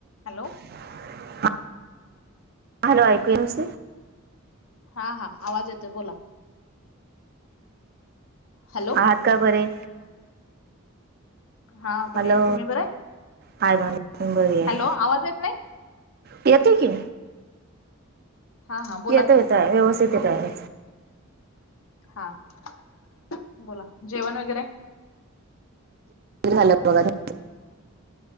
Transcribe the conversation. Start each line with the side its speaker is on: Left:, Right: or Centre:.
Left: हॅलो
Right: ह हॅलो ऐकू येस
Left: हा हा आवाज येतोय बोला हॅलो
Right: आहात का बरे
Left: हा बरे
Right: हॅलो
Left: तुम्ही बरे
Right: हाय <unintelligible>
Left: हॅलो आवाज येत नाही
Right: येत की.
Left: हा हा बोला
Right: येत येत
Left: की
Right: व्यवस्थित येत आहे.
Left: हा ह बोला जेवण वगैरे?
Right: झाला बघा.